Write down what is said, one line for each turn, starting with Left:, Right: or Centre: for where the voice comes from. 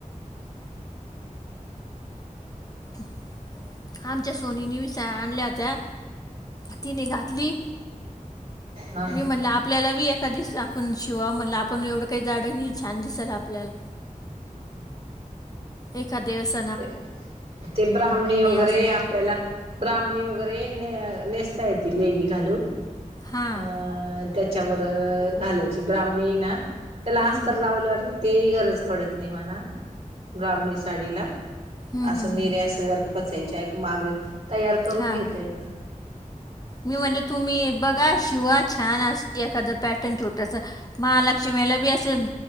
Left: अ आमच्या सोनीने विसाया आणल्या होत्या तिने घातली
Right: हा
Left: मी म्हटलं आपल्याला बी एखाद आपण शिवाय म्हणटलं आपण एवढं काही जाडं नाही छान दिसाय आपल्याला एकादवस
Right: ते ते ब्राह्मणी वगैरे
Left: असली
Right: आपल्याला ब्राह्मणी वगैरे ने नेसता येेततील लेगी घालून
Left: हां
Right: अ त्याच्यावर घालायची ब्राह्मणी ना त्याला
Left: हां
Right: अस्त लावल्यावर तेही गरज पडत नाही म्हणा ब्राह्मणी साडीला
Left: हां
Right: असं
Left: हां
Right: निऱ्या असं वर खोचायच्या एक मागे तयार करून
Left: हां
Right: घेता येत
Left: मी म्हटलं तुम्ही बघा शिवा छान अस एखादा पॅटर्न छोटस महालक्ष्मीला बी असं